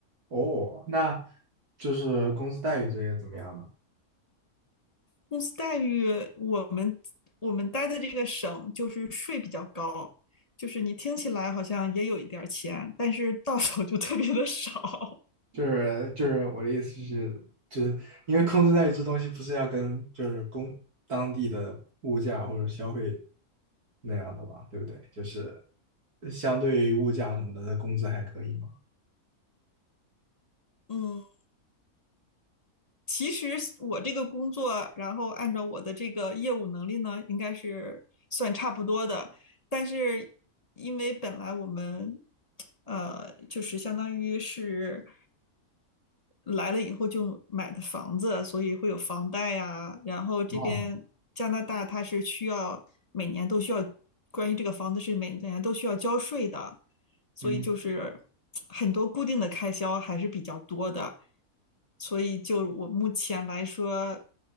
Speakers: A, on the right (about 85°); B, on the left (about 25°).
A: 哦，那就是工资待遇这些怎么样呢？
B: 公司待遇，我们我们待的这个省就是税比较高，就是你听起来好像也有一点钱，但是到手就特别的少。
A: 就是就是我的意思是，就是因为工资待遇这东西不是要跟就是工当地的物价或者消费那样的嘛，对不对？就是相对于物价什么的，那工资还可以嘛。
B: <laughs> 嗯。其实我这个工作，然后按照我的这个业务能力呢，应该是算差不多的。但是因为本来我们，呃，就是相当于是来了以后就买的房子，所以会有房贷呀。然后这边加拿大它是需要每年都需要关于这个房子是每年都需要交税的，
A: 啊，
B: 所以就是很多固定的开销还是比较多的。
A: 嗯，
B: 所以就我目前来说，